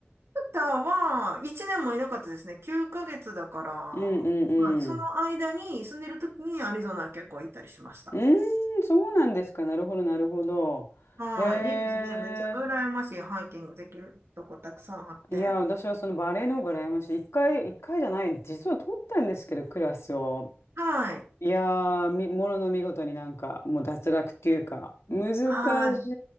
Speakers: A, on the right; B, on the left.
A: タは1年もいなかったですね。9ヶ月だから、
B: うんうんうん。
A: はい、その間に住んでる時にアリゾナ結構行ったりしました。
B: うーん、そうなんですか。なるほど、なるほど。
A: はい、
B: へえ。
A: いいですね。めっちゃ羨ましいハイキングできるとこたくさんあって。
B: いや、私はそのバレエの方が羨ましい。一回、一回じゃない、実は取ったんですけど、クラスを。
A: はい。
B: いやー、み、ものの見事になんか、もう脱落っていうか、難
A: ああ、
B: し